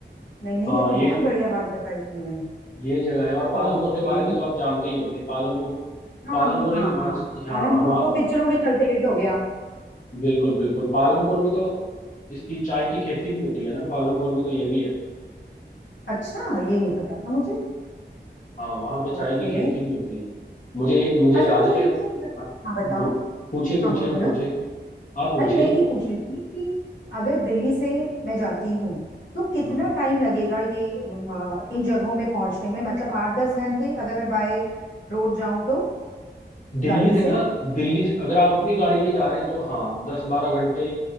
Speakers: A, on the left; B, on the left.
A: नहीं नहीं
B: हाँ
A: ये तो
B: ये
A: बहुत बढ़िया बात बताई तुमने
B: ये जगह है और पालमपुर
A: ओके
B: के बारे में तो आप जानते ही होंगे पालमपुर
A: हाँ
B: पालमपुर
A: हाँ
B: ही-
A: हाँ
B: हाँ
A: पालनपुर
B: वहाँ
A: तो पिक्चरों के चलते हिट हो गया
B: बिल्कुल बिल्कुल पालमपुर में तो इसकी चाय की खेती भी होती है ना पालमपुर में तो ये भी है
A: अच्छा ये नहीं पता था मुझे
B: हाँ वहां पे चाय
A: ओके
B: की खेती भी होती है मुझे मुझे
A: अच्छा
B: याद
A: मुझे
B: है कि
A: एक
B: हाँ,
A: चीज बत- हाँ बताओ
B: बो- पूछिए पूछिए
A: हाँ बोलो
B: आप
A: बोलो
B: पूछिए आप पूछिए
A: अरे मैं ये पूछ रही थी कि अगर दिल्ली से मैं जाती हूँ तो कितना
B: हम्म
A: टाइम लगेगा ये म, अ, इन जगहों में पहुंचने में मतलब आठ दस घंटे अगर मैं बाय रोड जाऊं तो
B: दिल्ली
A: गाड़ी
B: से
A: से
B: ना दिल्ली से अगर आप अपनी गाड़ी में जा रहे हैं तो हाँ दस बारह घंटे